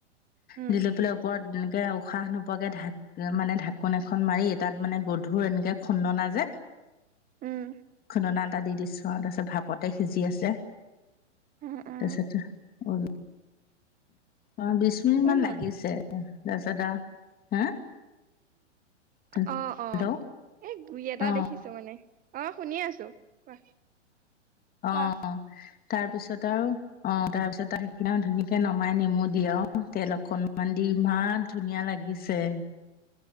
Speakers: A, on the right (about 25°); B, on the left (about 25°).
A: উম
B: দি লৈ পেলাই ওপৰত এনেকে উশাহ ন পোৱাকে ঢাক মানে ঢাকোন এখন মাৰি তাত মানে গধুৰ এনেকে খুন্দনা যে
A: উম
B: খুন্দনা এটা দি দিছোঁ আৰু তাৰপিছত ভাপতে সিজি আছে।
A: উম অ অ
B: তাৰপিচতে কল ধাকা বিশ মিনিট মান
A: অ মা
B: লাগিছে, তাৰপিছতে হা হেল্ল'
A: অ অ এই গুৰি এটা
B: অ
A: দেখি ছোঁ মানে, অ শুনি আছো কোৱা?
B: অ
A: কোৱা
B: তাৰপিছত আৰু অ তাৰ পিছত সেইখিনি ধুনাকে নমাই নেমু দি আৰু তেল অকনমান দি ইমান ধুনীয়া লাগিছে।